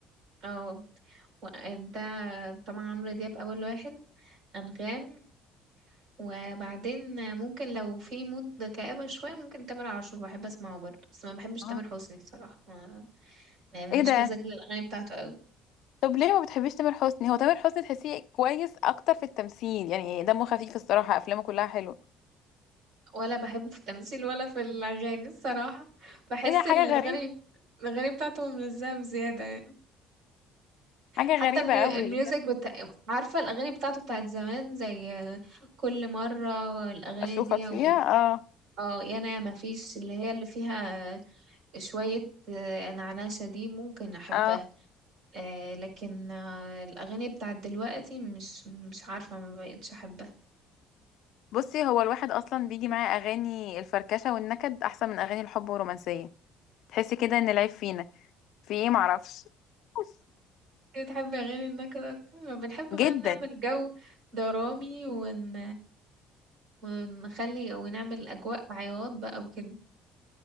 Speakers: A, on the right; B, on the left.
A: اه و- ده طبعا عمرو دياب أول واحد أنغام وبعدين ممكن لو في مود كآبة شوية ممكن تامر عاشور بحب أسمعه برضه بس ما
B: <laughs>
A: بحبش تامر
B: اه
A: حسني الصراحة ما- يعني ماليش
B: ايه ده
A: مزاج للأغاني بتاعته أوي
B: طب ليه ما بتحبيش تامر حسني هو تامر حسني تحسيه كويس اكتر في التمثيل يعني دمه خفيف الصراحه افلامه كلها حلوه
A: ولا بحبه في التمثيل ولا في الأغاني الصراحة بحس
B: ايه ده حاجه
A: الأغاني
B: غريبه
A: الأغاني بتاعته ملزقة بزيادة يعني
B: حاجه
A: حتى
B: غريبه
A: الميو...
B: قوي
A: الميوزك
B: ايه ده
A: بتا... عارفة الأغاني بتاعته بتاعت زمان زي كل مرة الأغاني
B: اشوفك
A: دي
B: فيها
A: و...
B: اه
A: اه يا انا يا ما فيش اللي هي اللي فيها شوية آه، نعناشة دي ممكن أحبها
B: اه
A: آه لكن آه الأغاني بتاعت دلوقتي مش مش عارفة ما بقتش أحبها
B: بصي هو الواحد اصلا بيجي معاه اغاني الفركشه والنكد احسن من اغاني الحب والرومانسيه تحسي كده ان العيب فينا في ايه معرفش <laughs>
A: بتحب أغاني النكد أكتر بنحب
B: جدا
A: بقى نعمل جو درامي ون ونخلي ونعمل أجواء عياط بقى وكده